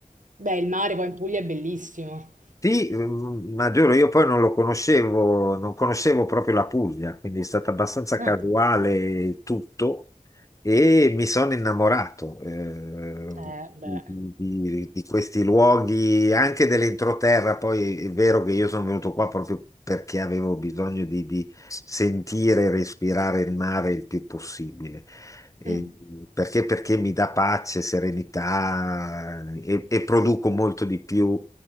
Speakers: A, on the right (about 70°); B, on the left (about 25°).
A: Beh, il mare poi in Puglia è bellissimo.
B: Sì, mm, ma giuro, io poi non lo conoscevo, non conoscevo proprio la Puglia, quindi è stato abbastanza
A: Ah.
B: casuale tutto e mi sono innamorato eh,
A: Eh,
B: di,
A: beh.
B: di- di questi luoghi, anche dell'entroterra. Poi è vero che io sono venuto qua proprio perché avevo bisogno di, di sentire e respirare il mare il più possibile. Eh,
A: Mm.
B: perché, perché mi dà pace, serenità eh, e e produco molto di più